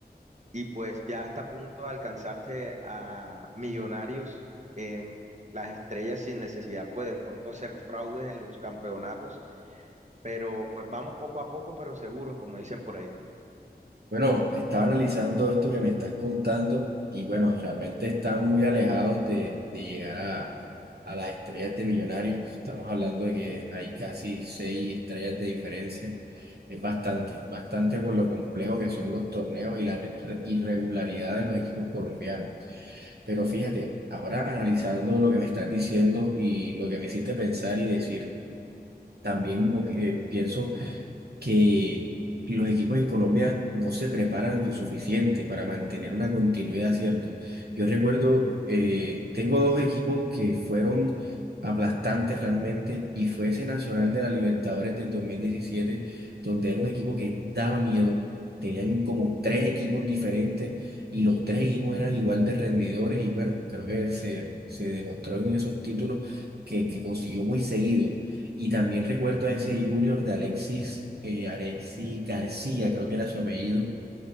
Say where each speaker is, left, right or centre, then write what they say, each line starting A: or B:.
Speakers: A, on the right (about 45°); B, on the right (about 70°).
A: y pues ya está a punto de alcanzarse a millonarios en las estrellas sin necesidad, pues de pronto hacer fraudes en los campeonatos, pero pues vamos poco a poco, pero seguros, como dicen por ahí.
B: Bueno, estaba analizando esto que me estás contando y bueno, realmente están muy alejados de, de llegar a, a las estrellas de millonarios. Estamos hablando de que hay casi seis estrellas de diferencia. Es bastante, bastante por lo complejo que son los torneos y la re- irregularidad de los equipos colombianos. Pero fíjate, ahora analizando lo que me estás diciendo y lo que me hiciste pensar y decir, también opi- eh, pienso que los equipos en Colombia no se preparan lo suficiente para mantener una continuidad, ¿cierto? Yo recuerdo, eh, tengo dos equipos que fueron aplastantes realmente y fue ese Nacional de la Libertadores del 2017 donde era un equipo que daba miedo. Tenían como tres equipos diferentes y los tres equipos eran igual de rendidores y bueno, creo que se, se demostró en esos títulos que, que consiguió muy seguido. Y también recuerdo a ese junior de Alexis, eh, Alexis García, creo que era su apellido.